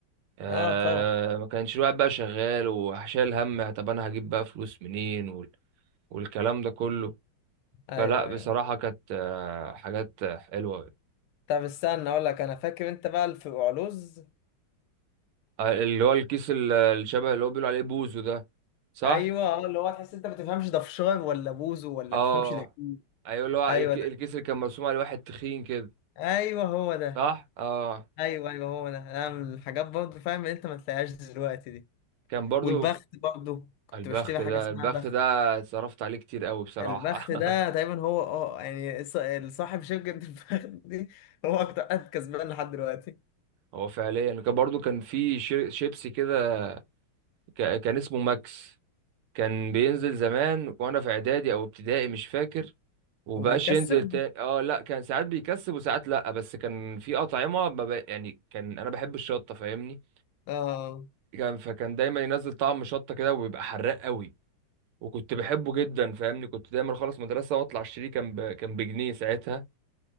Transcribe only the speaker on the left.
اه طبعا
ايوه
ايوه
طب استنى اقول لك انا فاكر انت بقى في علوز
ايوه اه اللي هو تحس انت ما بتفهمش ده فشار ولا بوزو ولا
بتفهمش ده ايه
ايوه
ده
ايوه هو ده
ايوه ايوه هو ده انا من الحاجات برضه فاهم انت ما تلاقيهاش دلوقتي دي
والبخت
برضه كنت
بشتري حاجه
اسمها
بخت
البخت ده
دايما هو اه يعني ص- صاحب شركه <laughs> البخت دي هو اكتر قد كسبان لحد دلوقتي
وبيكسب
اه